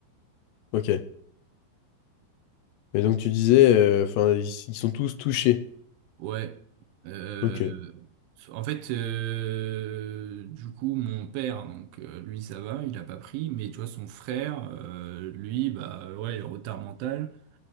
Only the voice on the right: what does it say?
Ouais. Euh,
en fait, euh, du coup, mon père, donc euh, lui, ça va, il a pas pris, mais tu vois, son frère, euh, lui, bah ouais, il a retard mental.